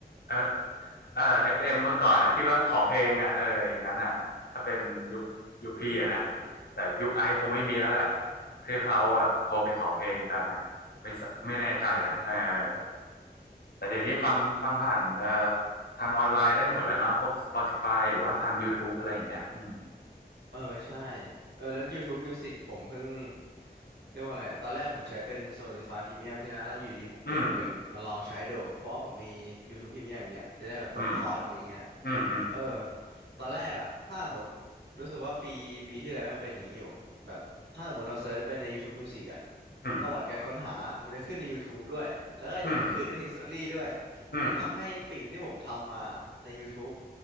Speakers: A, on the left; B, on the right.
A: เออเออเอฟเอ็มเมื่อก่อนอะที่ว่าขอเพลงอ่ะเอออย่างนั้นอ่ะถ้าเป็นยุคยุคพี่อะนะแต่ยุคไอซ์คงไม่มีแล้วแหละคือเขาแบบโทรไปขอเพลงกันอ่ะไม่สไม่แน่ใจนะเออ
B: <laughs> อืม
A: แต่เดี๋ยวนี้ฟังฟังผ่านเอ่อทางออนไลน์ได้หมดแล้วเนาะพวก Spotify หรือว่าทาง YouTube อะไรอย่างเงี้ยอืม
B: เออใช่เออแล้ว YouTube Music ผมเพิ่ง เรียกว่าอะไรอะตอนแรกผมใช้เป็น Spotify Premium ใช่ไหมแล้วอยู่ดีผมเปลี่ยนมาเป็นมาลองใช้ดู
A: อืม
B: เพราะว่าผมมี YouTube Premium อย่างเงี้ยจะได้แบบลดคอสอย่างเงี้ย
A: อืมอืมอืม
B: เออตอนแรกอะถ้าหมดรู้สึกว่าปีปีที่แล้วยังเป็นอย่างนี้อยู่แบบถ้าหมดเราเซิร์ชไปใน YouTube Music อะ
A: อืม
B: ประวัติการค้นหา มันจะขึ้นใน YouTube ด้วยแล้วก็ขึ้นใน
A: อืม
B: History ด้วย
A: อืม
B: แล้วทำให้ฟีดที่ผมทำมาใน YouTube